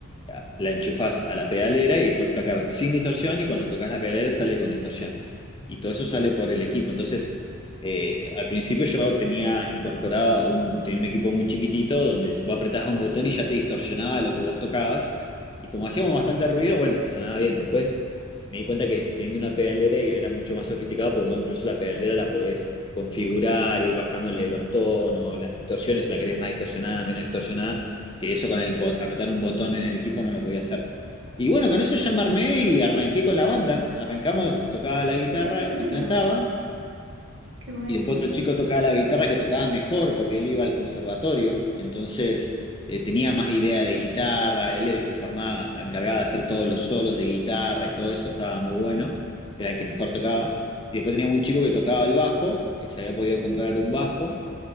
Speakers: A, on the left; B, on the right.
A: Ya, La enchufás a la pedalera y puedes tocar sin distorsión y cuando tocas la pedalera sale con distorsión. Y todo eso sale por el equipo. Entonces eh, al principio yo tenía incorporado un, tenía un equipo muy chiquitito donde vos apretabas un botón y ya te distorsionaba lo que vos tocabas. Y como hacíamos bastante ruido, bueno, sonaba bien. Después me di cuenta que teniendo una pedalera y era mucho más sofisticado porque bueno, incluso la pedalera la podés configurar, ir bajándole los tonos, las distorsiones, si la querés más distorsionada, menos distorsionada, que eso con el bo- apretar un botón en el equipo no lo podía hacer. Y bueno, con eso ya me armé y arranqué con la banda. Arrancamos, tocaba la guitarra
B: Mirá, qué bueno,
A: y cantaba.
B: qué bueno.
A: Y después otro chico tocaba la guitarra que tocaba mejor porque él iba al conservatorio, entonces eh, tenía más idea de guitarra, él es que se armaba, encargaba de hacer todos los solos de guitarra y todo eso, estaba muy bueno, era el que mejor tocaba. Y después teníamos un chico que tocaba el bajo, que se había podido comprar un bajo,